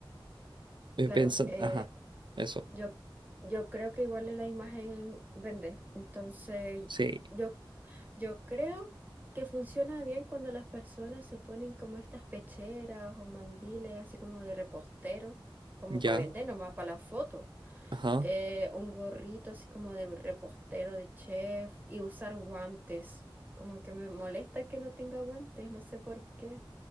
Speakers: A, on the right (about 20°); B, on the right (about 60°).
A: Claro,
B: pensando,
A: eh,
B: ajá, eso,
A: Yo, yo creo que igual la imagen vende. Entonces,
B: sí,
A: yo, yo creo que funciona bien cuando las personas se ponen como estas pecheras o mandiles, así como de repostero, como
B: ya,
A: para vender, nomás para la foto.
B: ajá.
A: Eh, un gorrito así como de repostero, de chef, y usar guantes. Como que me molesta que no tenga guantes, no sé por qué.